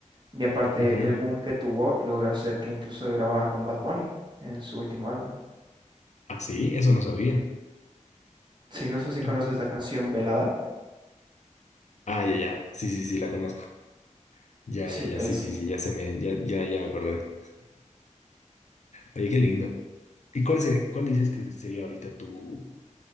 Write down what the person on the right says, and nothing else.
Y aparte,
el boom que tuvo logró hacer que incluso grabara con Bad Bunny en su último álbum.
Sí, no sé si
conoces la canción Velada.
Sí,
ahí
está.